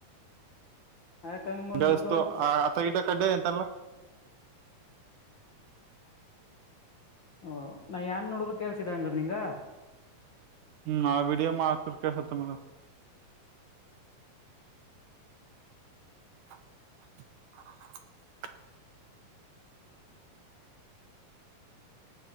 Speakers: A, on the left; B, on the right.
A: ಯಾಕೆ ಹಂಗೆ ಮಾಡ್ಬಿಡ್ತು
B: ಬೆಳಸ್ತು ಅಥ ಈಟ ಕಡ್ಡೆ ಎಂತಲ್ಲ.
A: ಓ ನಾ ಏನ್ ನೋಡ್ರು ಕೇಲ್ಸಿದಂಗ್ರ ನಿಂಗ.
B: ಹ್ಮ್ ಆ ವಿೀಡಿಯ ಮಾಡಕಕ ಹತ್ತ ಮರ <unintelligible>